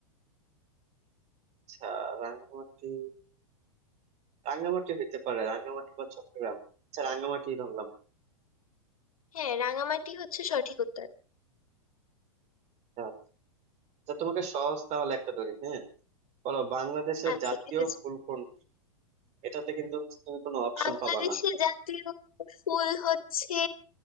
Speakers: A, on the right; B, on the left.
A: আচ্ছা রাঙ্গামাটি রাঙ্গামাটি হইতে পারে রাঙ্গামাটি বা চট্টগ্রাম আচ্ছা রাঙ্গামাটি ধরলাম
B: হ্যাঁ রাঙ্গামাটি হচ্ছে সঠিক উত্তর
A: হ্যাঁ আচ্ছা তোমাকে সহজ তাহলে একটা ধরি হ্যাঁ বলো বাংলাদেশের
B: আচ্ছা
A: জাতীয়
B: ঠিক আছে
A: ফুল কোনটি এটাতে কিন্তু হচ্ছে তুমি কোনো অপশন
B: বাংলাদেশের
A: পাবা না
B: জাতীয় ফুল হচ্ছে